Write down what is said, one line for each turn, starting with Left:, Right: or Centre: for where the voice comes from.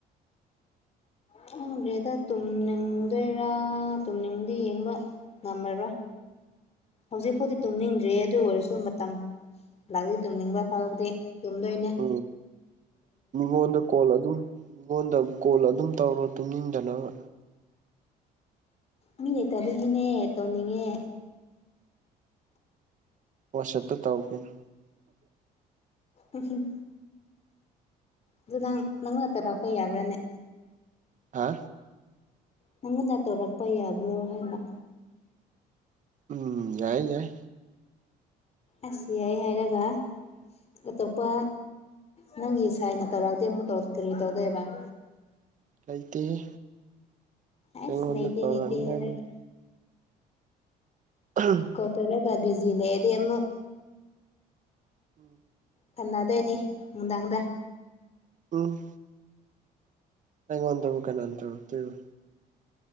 Left: ꯈꯪꯗ꯭ꯔꯦꯗ ꯇꯨꯝꯅꯤꯡꯗꯣꯏꯔꯥ ꯇꯨꯝꯅꯤꯡꯗꯤ ꯌꯦꯡꯕ ꯉꯝꯃꯔꯣꯏ ꯍꯧꯖꯤꯛꯄꯨꯗꯤ ꯇꯨꯝꯅꯤꯡꯗ꯭ꯔꯤꯌꯦ ꯑꯗꯨ ꯑꯣꯏꯔꯁꯨ ꯃꯇꯝ ꯂꯥꯛꯂꯗꯤ ꯇꯨꯝꯅꯤꯡꯕ ꯐꯥꯎꯗꯦ ꯇꯨꯝꯗꯣꯏꯩꯅ
Right: ꯎꯝ ꯃꯤꯉꯣꯟꯗ ꯀꯣꯜ ꯑꯗꯨꯝ ꯃꯤꯉꯣꯟꯗ ꯀꯣꯜ ꯑꯗꯨꯝ ꯇꯧꯔꯣ ꯇꯨꯡꯅꯤꯡꯗꯅꯕ
Left: ꯃꯤ ꯂꯩꯇꯕꯒꯤꯅꯦ ꯇꯧꯅꯤꯡꯉꯦ
Right: ꯋꯥꯆꯞꯇ ꯇꯧꯒꯦꯅꯦ
Left: ꯎ ꯑꯗꯨꯗꯣ ꯅꯪ ꯅꯪꯅ ꯇꯔꯛꯄ ꯌꯥꯕ꯭ꯔꯥꯅꯦ
Right: ꯍꯥ
Left: ꯅꯪꯉꯣꯟꯅ ꯇꯧꯔꯛꯄ ꯌꯥꯕ꯭ꯔꯣ ꯍꯥꯏꯕ ꯔ
Right: ꯎꯝ ꯌꯥꯏꯌꯦ ꯌꯥꯏ
Left: ꯑꯁꯤ ꯌꯥꯏ ꯍꯥꯏꯔꯒ ꯑꯇꯣꯞꯄ ꯅꯪꯒꯤ ꯁꯥꯏꯅ ꯇꯧꯔꯛꯑꯗꯤ ꯑꯃꯨꯛ ꯀꯔꯤ ꯇꯧꯗꯣꯏꯕ ꯎ
Right: ꯂꯩꯇꯦꯍ
Left: ꯑꯁ
Right: ꯑꯩꯉꯣꯟꯗ
Left: ꯂꯩꯇꯦ
Right: ꯇꯧꯔꯅꯤꯉꯒꯤ
Left: ꯂꯩꯇꯦ ꯍꯥꯏꯔꯒ
Right: ꯑꯪ
Left: ꯀꯠꯇꯔ ꯒ ꯕꯤꯖꯤꯅꯦꯦꯗꯤ ꯑꯃꯨꯛ
Right: ꯎꯝ
Left: ꯊꯝꯅꯗꯣꯏꯅꯤ ꯅꯨꯡꯗꯥꯡꯗ
Right: ꯑꯣ ꯑꯩꯉꯣꯟꯗꯕꯨ ꯀꯅꯥꯅ ꯇꯧꯔꯛꯇꯨꯏꯕ